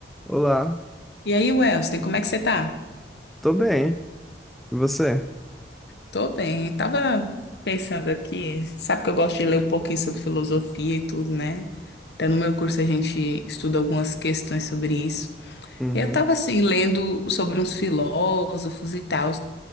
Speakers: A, in the centre; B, on the left.
A: Olá,
B: E aí, Welston, como é que você tá?
A: tô bem. E você?
B: Tô bem. Tava pensando aqui, sabe que eu gosto de ler um pouquinho sobre filosofia e tudo, né? Até no meu curso a gente estuda algumas questões sobre isso.
A: Uhum.
B: E Eu tava assim, lendo sobre uns filósofos e tal.